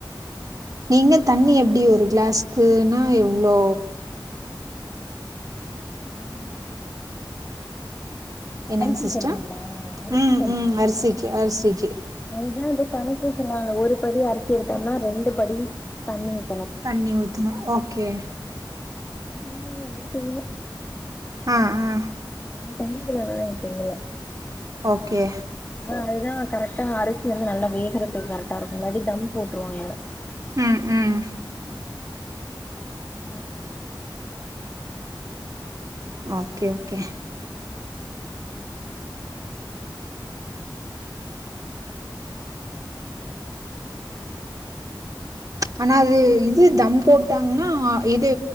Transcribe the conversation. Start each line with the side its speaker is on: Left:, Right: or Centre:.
Right: நீங்க தண்ணி எப்டி ஒரு கிளாஸ்க்குனா இவ்ளோ
Left: உம்
Right: என்னங்க
Left: அரிசி
Right: சிஸ்டர்
Left: சொல்றிங்ளா அரிசி
Right: ம்
Left: சொல்றிங்கள
Right: ம் அரிசிக்கு அரிசிக்கு
Left: அதுதா கல த்துகுமா ஒரு படி அரிசி எடுதிங்னா ரெண்டு படி தண்ணி ஊ
Right: தண்ணி ஊத்ணு ஓகே
Left: அதுதா <unintelligible> தெரில
Right: ஆ ஆ
Left: ஆ <unintelligible> இருக்கிங்கள
Right: ஓகே
Left: அதுதா கரெக்டா அரிசி வந்து நல்லா வேகறத்துக்கு கரெக்டா இருக்கோ இல்லாட்டி தம் போட்ருவங்க
Right: ம் ம்
Left: <unintelligible>
Right: ஓகே ஓகே
Left: ஹா ம் ம்
Right: ஆனா அது இது தம் போட்டாங்னா இது